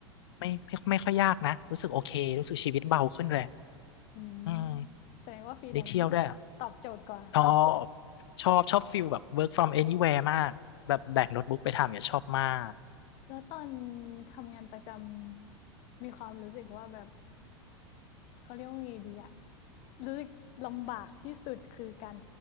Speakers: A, on the left; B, on the left.
A: ไม่ไม่ไม่ค่อยยากนะรู้สึกโอเครู้สึกชีวิตเบาขึ้นเลย
B: อืม
A: อืม
B: แสดงว่าฟรีแลนซ์ตอบโจทย์กว่า
A: ได้เที่ยวด้วยชอบชอบชอบฟิลแบบ work from anywhere มากแบบแบกโน้ตบุ๊กไปทำเนี่ยชอบมาก
B: แล้วตอนทำงานประจำมีความรู้สึกว่าแบบเขาเรียกว่าไงดีอะรู้สึกลำบากที่สุดคือการ